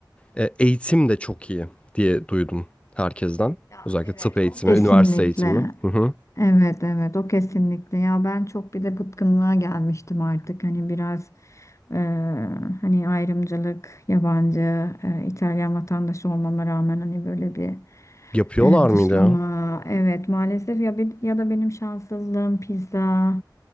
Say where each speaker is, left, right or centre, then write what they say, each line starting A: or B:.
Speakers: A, on the left; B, on the left.
A: e, eğitim de çok iyi diye duydum herkesten.
B: Ya
A: Özellikle
B: evet
A: tıp eğitimi,
B: o Kesinlikle.
A: üniversite eğitimi. Hı hı.
B: Evet evet o kesinlikle. Ya ben çok bir de bıkkınlığa gelmiştim artık. Hani biraz e, hani ayrımcılık, yabancı, e, İtalyan vatandaşı olmama rağmen hani böyle bir
A: Yapıyorlar
B: e,
A: mıydı
B: dışlama.
A: ya?
B: Evet maalesef ya bir, ya da benim şanssızlığım pizza